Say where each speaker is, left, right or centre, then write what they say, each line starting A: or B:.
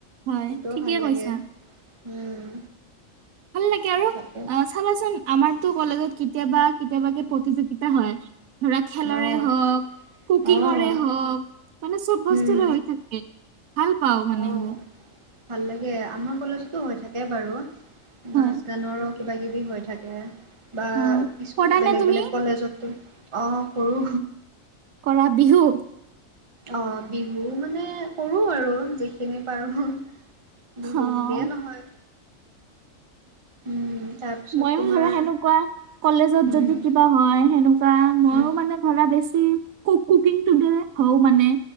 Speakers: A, on the right (about 85°); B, on the right (about 25°).
A: হয়
B: সেইটোও
A: ঠিকে
B: ভাল লাগে
A: কৈছা
B: উম,
A: ভাল লাগে আৰু অ,
B: তাকে।
A: ভাৱাচোন আমাৰতো কলেজত কেতিয়াবা কেতিয়াবা কে প্ৰতিযোগিতা হয়। ধৰা খেলৰে
B: অ',
A: হওক। কুকিংৰে
B: অ',
A: হওক মানে চব বস্তুৰে
B: উম,
A: হৈ থাকে ভাল পাও মানে
B: অ'।
A: এইবোৰ।
B: ভাল লাগে আমাৰ কলেজতো হৈ থাকে বাৰু নাচ
A: হয়
B: গানৰো। কিবা কিবি হৈ থাকে বা
A: অ
B: কিছুমানে
A: কৰা নে
B: বেলেগ
A: তুমি
B: বেলেগ কলেজতো, অ কৰো।
A: কৰা বিহু,
B: অ বিহু মানে কৰো আৰু যিখিনি পাৰো। বিহু
A: অ
B: বুলিয়ে নহয়। উম তাৰপিছত
A: মইও
B: তোমাৰ
A: ধৰা সেনেকুৱা কলেজত
B: উম
A: যদি কিবা। হয় সেনেকুৱা মইও
B: উম
A: মানে ধৰা বেছি কু কুকিংটোদে হও মানে।